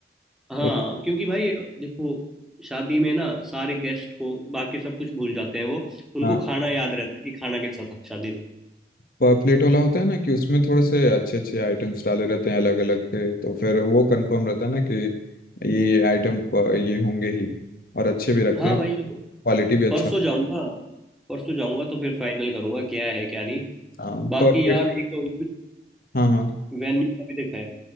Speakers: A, in the centre; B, on the left.
A: हाँ
B: वो
A: क्योंकि भाई देखो शादी में ना सारे गेस्ट को बाकी सब कुछ भूल जाते हैं वो उनको
B: हाँ
A: खाना याद रहता है कि खाना कैसा था शादी का
B: पर प्लेट वाला होता है ना कि उसमें थोड़े से अच्छे अच्छे आइटम्स डाले रहते हैं अलग अलग के तो फिर वो कंफर्म रहता है ना कि ये आइटम ये item, अ, ये होंगे ही और अच्छे भी रखते
A: हाँ
B: हैं
A: भाई अब
B: क्वालिटी भी अच्छा
A: परसों जाऊंगा परसों जाऊंगा तो फिर फाइनल करूंगा क्या है क्या नहीं
B: हाँ
A: बाकी
B: परफेक्ट
A: यार एक तो
B: हाँ हाँ
A: वेन्यू का भी देखा है